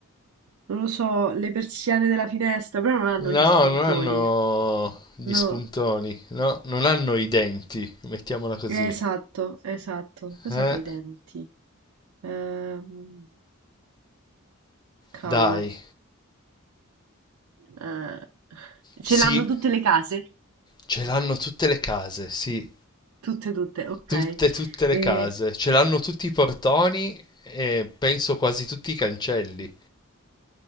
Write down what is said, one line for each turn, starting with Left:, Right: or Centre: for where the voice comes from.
Right: non lo so, le persiane della finestra, però non hanno
Left: No,
Right: gli spuntoni.
Left: non hanno gli
Right: No.
Left: spuntoni, no, non hanno i denti, mettiamola così.
Right: Eh, Esatto, esatto. Cos'è
Left: Eh,
Right: che ha i denti? Ehm, cavolo.
Left: dai,
Right: Eh, ce
Left: sì,
Right: l'hanno tutte le case?
Left: ce l'hanno tutte le case, sì.
Right: Tutte, tutte, ok.
Left: Tutte, tutte le
Right: E,
Left: case, ce l'hanno tutti i portoni e penso quasi tutti i cancelli.